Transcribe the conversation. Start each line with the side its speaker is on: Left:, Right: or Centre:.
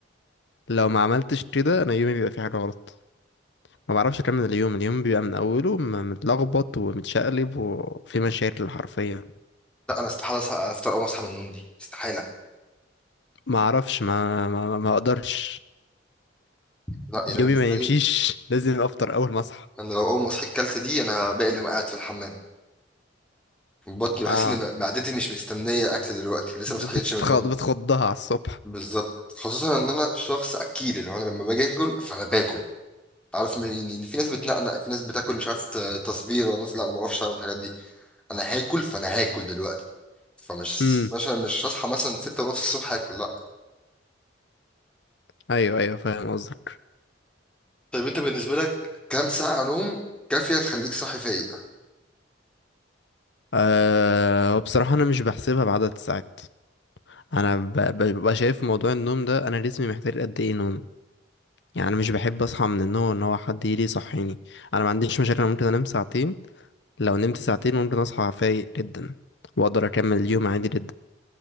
Left: لو ما عملتش كده انا يومي بيبقى فيه حاجه غلط ما بعرفش اكمل اليوم اليوم بيبقى من اوله م- متلخبط ومتشقلب وفي مشاكل حرفيا
Centre: لا انا استحاله أصحى- افطر اول ما اصحى من النوم دي استحاله
Left: ما اعرفش ما ما ما ما اقدرش
Centre: لا يعني
Left: يومي
Centre: بالنسبه
Left: ما
Centre: لي
Left: يمشيش لازم افطر اول ما اصحى
Centre: انا لو اول ما صحيت كلت دي انا باقي اليوم قاعد في الحمام بطني بحس
Left: اه
Centre: ان معدتي مش مستنيه اكل دلوقتي لسه
Left: ب-
Centre: ما صحيتش
Left: بتتخض
Centre: من النوم
Left: بتخضها على الصبح
Centre: بالظبط خصوصا ان انا شخص اكيل اللي هو انا لما باجي اكل فانا باكل عارف م- يعني في ناس بتنقنق في ناس بتاكل مش عارف ت- تصبير وناس لا انا ما بعرفش اعمل الحاجات دي انا هاكل فانا هاكل دلوقتي فمش
Left: امم
Centre: مثلا مش هصحى مثلا 6 ونص الصبح هاكل لا
Left: ايوه ايوه فاهم قصدك
Centre: طيب انت بالنسبه لك كام ساعه نوم كافيه تخليك صاحي فايق
Left: أه بصراحة أنا مش بحسبها بعدد الساعات انا ب- ب- ببقى شايف في موضوع النوم ده انا جسمي محتاج قد ايه نوم يعني انا مش بحب اصحى من النوم ان هو حد يجي يصحيني انا ما عنديش مشاكل انا ممكن انام ساعتين لو نمت ساعتين ممكن اصحى فايق جدا واقدر اكمل اليوم عادي جدا